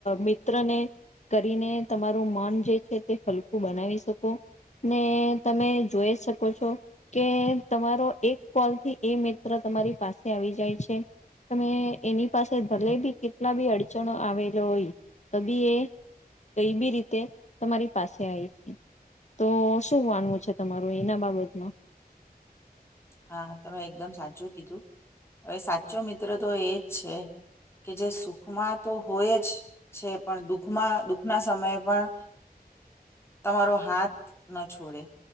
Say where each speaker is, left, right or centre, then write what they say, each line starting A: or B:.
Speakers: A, on the left; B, on the left.
A: મિત્રને કરીને તમારું મન જે છે તે હલકું બનાવી શકો, ને તમે જોઈ શકો છો, કે તમારો એક કોલથી એ મિત્ર તમારી પાસે આવી જાય છે. તમે એની પાસે ભલે બી કેટલા બી અડચણ આવેલો હોય, તો બી એ કઈ બી રીતે તમારી પાસે આવી છે, તો શું વાનવું છે તમારું એના બાબતમાં.
B: હા તમે એકદમ સાચું કીધું, હવે સાચો મિત્ર તો એ જ છે કે જે સુખમાં તો હોય જ છે પણ દુખમાં દુઃખના સમયે પણ. તમારો હાથ ન છોડે